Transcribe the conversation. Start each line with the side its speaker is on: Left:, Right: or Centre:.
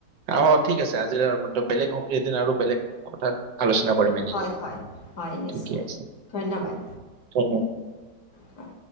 Right: আ ঠিক আছে আজি বেলেগ এদিন আৰু বেলেগ কথাত আলোচনা কৰিম এনেক
Left: হয় হয় হয় নিশ্চয়
Right: ঠিকে আছে
Left: ধন্যবাদ
Right: ধন্যবাদ।
Left: হয়